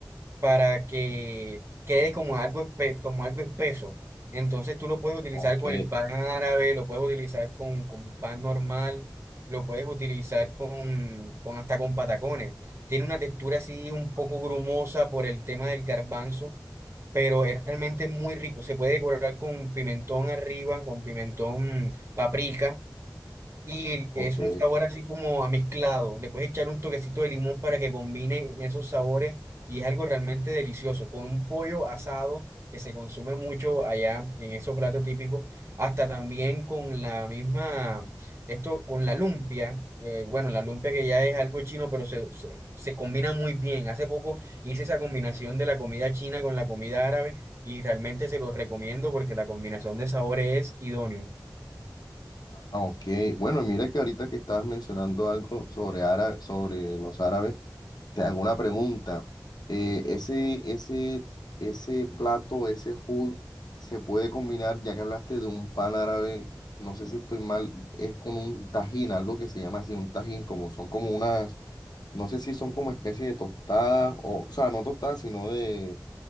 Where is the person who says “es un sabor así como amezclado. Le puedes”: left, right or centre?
Right